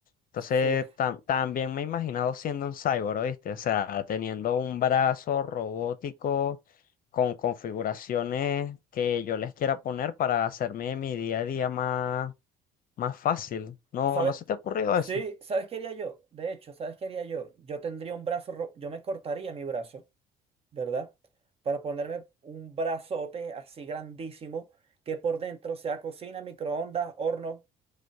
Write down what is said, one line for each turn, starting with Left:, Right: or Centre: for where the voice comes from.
Left: Entonces,
Right: Sí.
Left: tam- también me he imaginado siendo un cyborg, ¿oíste? O sea, teniendo un brazo robótico con configuraciones que yo les quiera poner para hacerme mi día a día más más fácil. No,
Right: ¿Sabes?
Left: no se te ha ocurrido
Right: Sí,
Left: eso.
Right: ¿sabes qué haría yo? De hecho, ¿sabes qué haría yo? Yo tendría un brazo, ro- yo me cortaría mi brazo, ¿verdad? Para ponerme un brazote así grandísimo que por dentro sea cocina, microondas, horno.